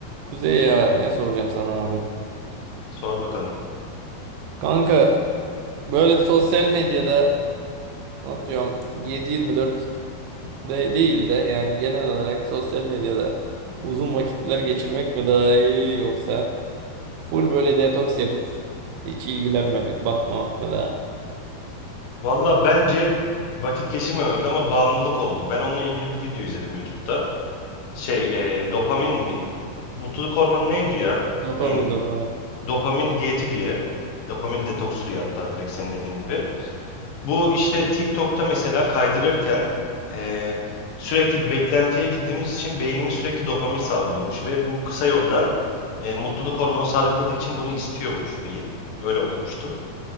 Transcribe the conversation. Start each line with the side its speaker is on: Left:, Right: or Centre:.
Right: Kuzey ya ne soracağım sana abi?
Left: Sor bakalım.
Right: Kanka böyle sosyal medyada atıyorum 7-24 de değil de yani genel olarak sosyal medyada uzun vakitler geçirmek mi daha iyi yoksa full böyle detoks yapıp hiç ilgilenmemek, bakmamak mı daha?
Left: Valla bence vakit geçirmemek ama bağımlılık oldu. Ben onunla ilgili bir video izledim YouTube'da. Şey, e, dopamin mi? Mutluluk hormonu neydi ya?
Right: Dopamin
Left: Beyin.
Right: dopamin.
Left: Dopamin diyeti diye. Dopamin detoksu diye hatta direkt senin dediğin gibi. Bu işte TikTok'ta mesela kaydırırken e, sürekli bir beklentiye girdiğimiz için beynimiz sürekli dopamin salgılıyormuş ve bu kısa yoldan e, mutluluk hormonu salgıladığı için bunu istiyormuş beyin. Öyle okumuştum.